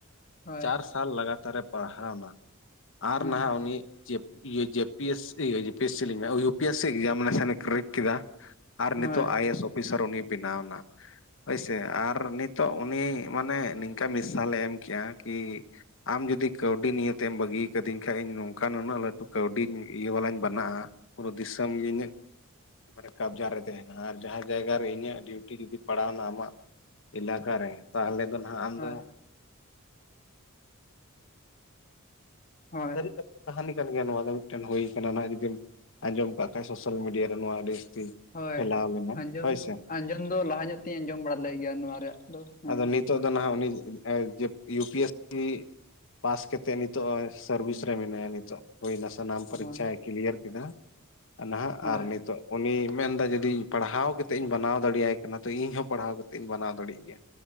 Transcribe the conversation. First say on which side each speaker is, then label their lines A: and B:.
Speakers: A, on the left; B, on the left.
A: ᱦᱳᱭ
B: ᱪᱟᱨ ᱥᱟᱞ ᱞᱟᱜᱟᱛᱟᱨᱮ ᱯᱟᱲᱦᱟᱣᱱᱟ ᱟᱨ
A: ᱦᱳᱭ
B: ᱱᱟᱦᱟᱜ ᱩᱱᱤ ᱡᱮ ᱤᱭᱟᱹ ᱡᱮ ᱯᱤ ᱮᱥ ᱤᱭᱟᱹ ᱡᱮ ᱯᱤ ᱮᱥ ᱥᱤ ᱞᱤᱧ ᱢᱮ, U P S C examination ᱮ ᱠᱨᱮᱠ ᱠᱮᱫᱟ᱾ ᱟᱨ
A: ᱦᱳᱭ
B: ᱱᱤᱛᱚᱜ ᱟᱭ ᱮᱥ ᱚᱯᱷᱤᱥᱟᱨ ᱩᱱᱤ ᱵᱮᱱᱟᱣ ᱮᱱᱟ ᱦᱳᱭ ᱥᱮ, ᱟᱨ ᱟᱨ ᱱᱤᱛᱚᱜ ᱩᱱᱤ ᱢᱟᱱᱮ ᱱᱤᱝᱠᱟ ᱢᱤᱥᱟᱞ ᱮ ᱮᱢ ᱠᱮᱜᱼᱟ ᱠᱤ ᱟᱢ ᱡᱩᱫᱤ ᱠᱟᱹᱣᱰᱤ ᱱᱤᱭᱟᱹ ᱛᱮᱢ ᱵᱟᱹᱜᱤ ᱟᱠᱟᱫᱤᱧ ᱠᱷᱟᱡ ᱤᱧ ᱱᱚᱝᱠᱟ ᱱᱩᱱᱟᱹᱜ ᱞᱟᱹᱴᱩ ᱠᱟᱹᱣᱰᱤᱧ ᱤᱭᱟᱹ ᱵᱟᱞᱟᱧ ᱵᱟᱱᱟᱜᱼᱟ ᱯᱩᱨᱟᱹ ᱫᱤᱥᱚᱢ ᱜᱮ ᱤᱧᱟᱹᱜ, ᱢᱟᱱᱮ ᱠᱟᱵᱽᱡᱟ ᱨᱮ ᱛᱟᱦᱮᱸᱱ᱾ ᱟᱨ ᱡᱟᱦᱟᱸ ᱡᱟᱭᱜᱟ ᱨᱮ ᱤᱧᱟᱹᱜ ᱰᱤᱭᱩᱴᱤ ᱡᱩᱫᱤ ᱯᱟᱲᱟᱣᱱᱟ ᱟᱢᱟᱜ ᱮᱞᱟᱠᱟ ᱨᱮ ᱛᱟᱦᱚᱞᱮ ᱫᱚ ᱱᱟᱜ ᱟᱢᱫᱚ
A: ᱦᱳᱭ ᱦᱳᱭ
B: <inaudible> ᱠᱟᱹᱦᱱᱤ ᱠᱟᱱ ᱜᱮᱭᱟ ᱱᱚᱣᱟ ᱫᱚ ᱢᱤᱫᱴᱮᱱ ᱦᱩᱭᱟ ᱟᱠᱟᱱᱟ ᱱᱟᱜ ᱡᱩᱫᱤᱢ ᱟᱸᱡᱚᱢ ᱠᱟᱜ ᱠᱷᱟᱡ ᱥᱳᱥᱟᱞ ᱢᱤᱰᱤᱭᱟ ᱨᱮ ᱱᱚᱣᱟ ᱟᱹᱰᱤ ᱡᱟᱹᱥᱛᱤ
A: ᱦᱳᱭ
B: ᱯᱷᱮᱞᱟᱣ ᱞᱮᱱᱟ
A: ᱟᱸᱡᱚᱢ
B: ᱦᱳᱭ ᱥᱮ᱾
A: ᱟᱸᱡᱚᱢ ᱫᱚ ᱞᱟᱦᱟ ᱧᱚᱜ ᱛᱤᱧ ᱟᱸᱡᱚᱢ ᱵᱟᱲᱟ ᱞᱮᱫ ᱜᱮᱭᱟ ᱱᱚᱣᱟ ᱨᱮᱭᱟᱜ ᱫᱚ ᱦᱮᱸ
B: ᱟᱫᱚ ᱱᱤᱛᱚᱜ ᱫᱚ ᱱᱟᱦᱟᱜ ᱩᱱᱤ ᱮᱸ ᱡᱮᱯ U P S C pass ᱠᱟᱛᱮᱜ ᱱᱤᱛᱚᱜ ᱥᱟᱨᱵᱷᱤᱥ ᱨᱮ ᱢᱮᱱᱟᱭᱟ ᱱᱤᱛᱚᱜ᱾ ᱦᱩᱭ ᱱᱟ ᱥᱟᱱᱟᱢ ᱯᱚᱨᱤᱠᱪᱟᱭ
A: ᱦᱳᱭ
B: ᱠᱞᱤᱭᱟᱨ ᱠᱮᱫᱟ ᱱᱟᱦᱟᱜ
A: ᱦᱳᱭ
B: ᱟᱨ ᱱᱤᱛᱚᱜ ᱩᱱᱤ ᱢᱮᱱ ᱮᱫᱟ ᱡᱩᱫᱤ ᱯᱟᱲᱦᱟᱣ ᱠᱟᱛᱮᱫ ᱤᱧ ᱵᱮᱱᱟᱣ ᱫᱟᱲᱮᱭᱟᱭ ᱠᱟᱱᱟ ᱛᱚ ᱤᱧ ᱦᱚᱸ ᱯᱟᱲᱦᱟᱣ ᱠᱟᱛᱮᱜ ᱤᱧ ᱵᱮᱟᱱᱟᱣ ᱫᱟᱲᱮᱜ ᱜᱮᱭᱟ᱾